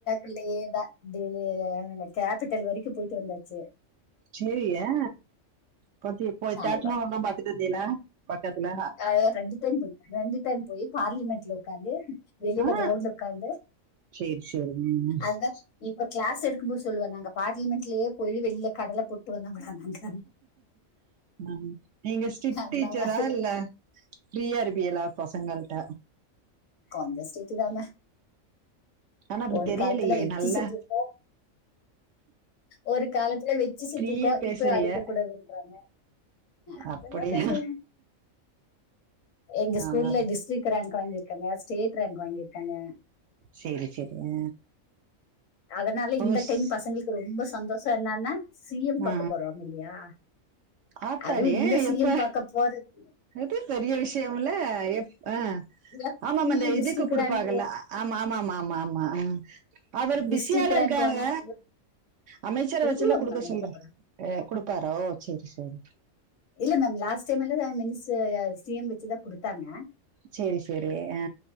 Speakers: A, on the left; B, on the right.
A: உள்ளயேதா டெல்லி அ கேபிட்டல் வரைக்கு போயிட்டு வந்தாச்சி
B: செரியா பாத்தி போய்
A: நான்
B: தாஜ்மஹால்லா பாத்துட்டு வந்தீங்களா பக்கத்துல
A: அ ரெண்டு டைம் போய்டே ரெண்டு டைம் போயி பார்லிமெண்ட்ல ஒக்காந்து வெளில
B: ஆ
A: கிரவுண்ட்ல ஒக்காந்து
B: சேரி சேரி ம்
A: அதுதா இப்ப கிளாஸ் எடுக்கும்போது சொல்லுவே நாங்க பார்லிமெண்ட்லயே போய் வெளிய கடல போட்டு வந்தவங்கடா நாங்க
B: ஆ நீங்க ஸ்ட்ரிக்
A: அந்த
B: டீச்சரா
A: மாதிரி
B: இல்ல ஃபிரீயா இருபிகளா பசங்கள்ட
A: கொஞ்சோ ஸ்ரிட்டு தானே
B: ஆனா அப்படி
A: ஒரு
B: தெரியலையே
A: காலத்துல வெச்சி
B: நல்லா
A: செஞ்சப்போ ஒரு காலத்துல வெச்சி செஞ்சிருக்கோ
B: ஃப்ரீயா பேசுறிய
A: இப்ப அடிக்க கூடாதுன்றாங்க அதெல்லா
B: அப்படியா
A: பேசுவே எங்க
B: ஆ,
A: ஸ்கூல்ல டிஸ் ஸ்ட்ரிக் ரேங்க் வாங்கிருக்காங்க ஸ்டேட் ரேங்க் வாங்கி இருக்காங்க
B: சரி சரி ஆ.
A: அதனால
B: உங்க
A: இந்த
B: ஸ்-
A: டைம் பசங்கங்களு ரொம்ப சந்தோஷோ என்னன்னா சி எம்
B: ஆ,
A: பாக்க போறோ இல்லையா.
B: ஆத்தாடி
A: அதுவு இந்த சி
B: எப்ப
A: எம் பாக்க போறத்
B: இது பெரிய விஷய இல்ல எப் ஆ
A: எப்பவுமே
B: ஆமா அந்த
A: டிஸ்ட்ரிக்ட்
B: இதுக்கு குடுப்பாங்க
A: ரேங்க்
B: இல்ல ஆமா ஆமாமா ஆமா ஆமா ஆ அவர்
A: டிஸ்ட்ரிக்ட்
B: பிசியால
A: ரேங்க்
B: இருக்காங்க
A: வாங்கினா
B: அமைச்சர
A: கூப்பிடுவாங்க
B: வச்சுல்ல குடுக்க
A: மேம்
B: சொல்றாரு
A: எடுக்க போறேன்
B: குடுப்பாரோ செரி செரி.
A: இல்ல மேம் லாஸ்ட் டைம் எல்லா மிஸ் சி எம் வச்சுதா குடுத்தாங்க
B: செரி செரி ஆ